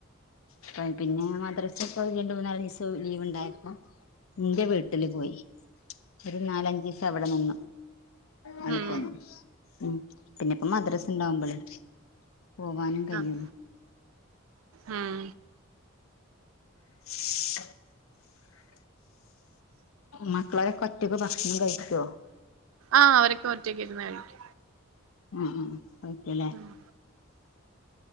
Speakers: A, on the left (about 85°); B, on the right (about 80°).
A: പ്പ പിന്നെ മദ്രസ പ്പം രണ്ടു മൂന്നാലിസം ലീവ്ണ്ടായിര്ന്നു ന്റെ വീട്ടില് പോയി ഒരു നാലഞ്ചിസം അവിടെ നിന്നു ന്ന്ട്ട്
B: ഉം
A: പോന്നു ഉം പിന്നെ ഇപ്പോ മദ്രസ് ണ്ടാവുമ്പളെ പോവാനും കയ്യു
B: ആഹ് ഉം
A: <inaudible> മക്കളോരൊക്കൊറ്റക്ക് ഭക്ഷണം കഴിക്കൊ
B: ആ ഓരൊക്കെ ഒറ്റക്കിര്ന്ന് കഴിക്കും
A: ഉം ഉം കഴിക്കുല്ലേ
B: ഉം